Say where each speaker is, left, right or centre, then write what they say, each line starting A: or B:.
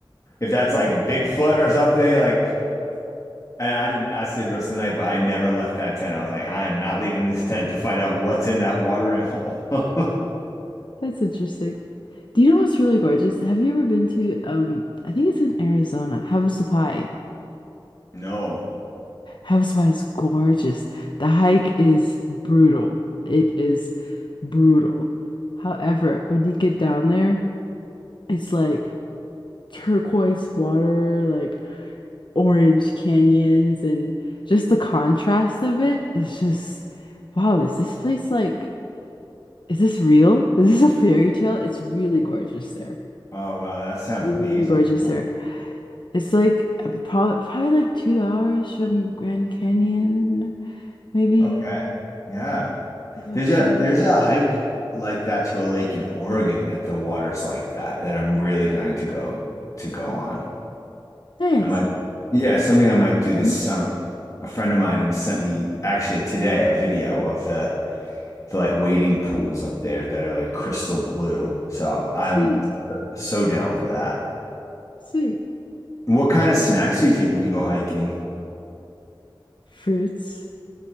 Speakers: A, on the left (about 40°); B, on the left (about 60°).
A: if that's like Bigfoot or something? Like, and I did not sleep the rest of the night, but I never left that tent. I was like, I am not leaving this tent to find out what's in that watering
B: Um,
A: hole. <laughs>
B: That's interesting. Do you know what's really gorgeous? Have you ever been to um I think it's in Arizona, Havasu Pi?
A: No.
B: Havasu Pi is gorgeous. The hike is brutal. It is brutal. However, when you get down there, it's like turquoise water, like orange canyons and just the contrast of it is just wow, is this place like is this real? Is this a fairy tale? It's really gorgeous there.
A: Oh wow, that sounds
B: Really,
A: amazing.
B: really gorgeous
A: What?
B: there. It's like probably probably like two hours from Grand Canyon, maybe
A: Okay. Yeah.
B: about
A: There's
B: two
A: a
B: hours.
A: there's a hike like that to a lake in Oregon that the water's like that that I'm really dying to go to go on.
B: Nice.
A: I might yeah, something I might do this
B: I'm there.
A: summer. A friend of mine has sent me actually today a video of the the like wading pools up there that are like crystal blue. So I'm
B: Sweet,
A: so down for that.
B: sweet.
A: What kind of snacks do you take when you go hiking?
B: Fruits.